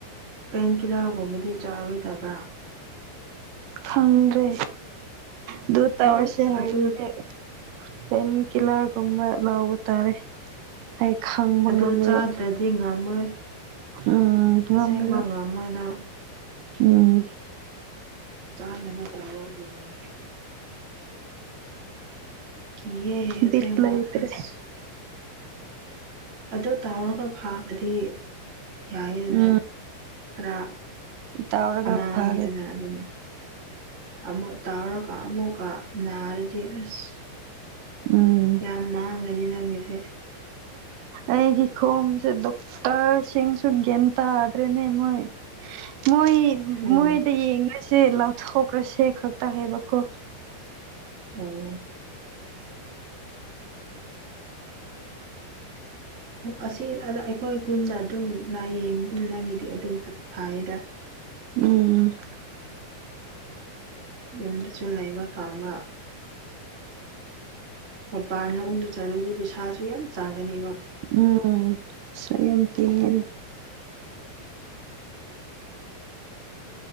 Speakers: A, on the right; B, on the right.
A: ꯄꯦꯟ ꯀꯤꯂꯔꯒꯨꯝꯕꯗꯤ ꯆꯥꯔꯣꯏꯗꯕ꯭ꯔꯥ
B: ꯈꯪꯗ꯭ꯔꯦ ꯑꯗꯨ ꯇꯧꯔꯁꯦ
A: ꯑꯁ
B: ꯍꯧꯖꯤꯛꯁꯦ
A: ꯑꯗꯨ
B: ꯄꯦꯟ ꯀꯤꯂꯔꯒꯨꯝꯕ ꯂꯧꯕ ꯇꯥꯔꯦ ꯑꯩ ꯈꯪꯕ
A: ꯑꯗꯨ
B: ꯉꯝꯃꯔꯣꯏ
A: ꯆꯥꯗ꯭ꯔꯗꯤ ꯉꯝꯃꯣꯏ
B: ꯎꯝ ꯉꯝꯔꯔꯣꯏ
A: ꯑꯁꯦꯡꯕ ꯉꯝꯃꯣꯏ ꯅꯪ
B: ꯎꯝ
A: ꯆꯥꯅꯕ ꯇꯥꯑꯣ ꯑꯗꯨꯗꯤ ꯀꯤꯌꯦ ꯑ
B: ꯕꯤꯠ
A: ꯁꯦꯡꯕ
B: ꯂꯩꯇ꯭ꯔꯦ
A: ꯑꯁ ꯑꯗꯨ ꯇꯥꯎꯔꯒ ꯐꯥꯕꯗꯤ ꯌꯥꯔꯤꯗꯅ
B: ꯎꯝ
A: ꯈꯔ
B: ꯇꯧꯔꯒ
A: ꯑꯃ
B: ꯐꯔꯦ
A: ꯑꯅꯤꯗꯅ ꯑꯗꯨꯅꯦ ꯑꯃꯨꯛ ꯇꯥꯎꯔꯒ ꯑꯃꯨꯛꯀ ꯅꯥꯔꯗꯤ ꯑꯁ
B: ꯎꯝ
A: ꯌꯥꯝ ꯃꯥꯡꯒꯅꯤ ꯅꯪꯒꯤꯁꯦ
B: ꯑꯩꯒꯤ ꯈꯣꯡꯁꯦ ꯗꯣꯛ ꯇꯔ ꯁꯤꯡꯁꯨ ꯒ꯭ꯌꯥꯟ ꯇꯥꯗ꯭ꯔꯦꯅꯦ ꯃꯣꯏ ꯃꯣꯏ
A: ꯎꯝ
B: ꯃꯣꯏꯗ ꯌꯦꯡꯉꯁꯦ ꯂꯥꯎꯊꯣꯛꯈ꯭ꯔꯁꯦ ꯈꯛꯇ ꯍꯥꯏꯕꯀꯣ
A: ꯎꯝ ꯑꯁꯤ ꯑꯗ ꯑꯩꯈꯣꯏ ꯈꯨꯟꯗ ꯑꯗꯨꯝ ꯂꯥꯏꯌꯦꯡ ꯅꯪꯒꯤꯗꯤ ꯑꯗꯨꯝ ꯐꯩꯗ
B: ꯎꯝ
A: ꯌꯨꯝꯗꯁꯨ ꯂꯩꯕ ꯐꯪꯕ ꯃꯄꯥꯟ ꯂꯣꯝꯗ ꯆꯠꯂꯗꯤ ꯄꯩꯁꯥꯁꯨ ꯌꯥꯝ ꯆꯥꯡꯒꯅꯦꯕ
B: ꯎꯝ ꯄꯩꯁꯥ ꯌꯥꯝ ꯇꯤꯡꯉꯤꯅꯦ